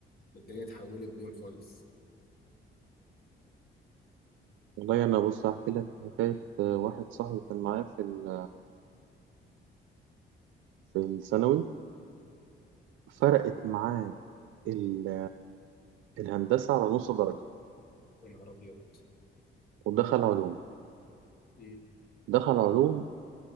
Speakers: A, on the left (about 50°); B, on the right (about 85°).
A: الدنيا اتحولت بيهم خالص
B: والله أنا بص أحكي لك حكاية آه، واحد صاحبي كان معايا في ال... في الثانوي فرقت معاه ال... الهندسة على نص درجة
A: يا نهار أبيض
B: ودخل علوم
A: مم.
B: دخل علوم